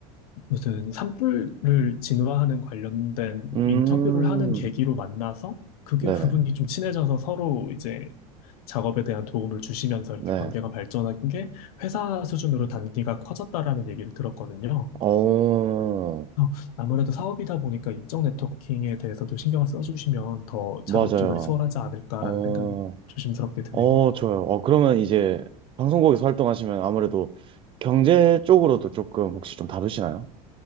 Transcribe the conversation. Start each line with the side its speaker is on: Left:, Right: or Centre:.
Left: 무슨 산불을 진화하는 관련된 뭐
Right: 음,
Left: 인터뷰를 하는 계기로 만나서 그게
Right: 네네.
Left: 부분이 좀 친해져서 서로 이제 작업에 대한 도움을 주시면서 이렇게
Right: 네.
Left: 관계가 발전한 게 회사 수준으로 단계가 커졌다라는 얘기를 들었거든요.
Right: 어,
Left: 어, 아무래도 사업이다 보니까 인적 네트워킹에 대해서도 신경을 써주시면 더 작업
Right: 맞아요.
Left: 조달이 수월하지 않을까라는
Right: 어,
Left: 생각이 조심스럽게 드네요.
Right: 어, 좋아요. 어, 그러면 이제 방송국에서 활동하시면 아무래도 경제 쪽으로도 조금 혹시 좀 다루시나요?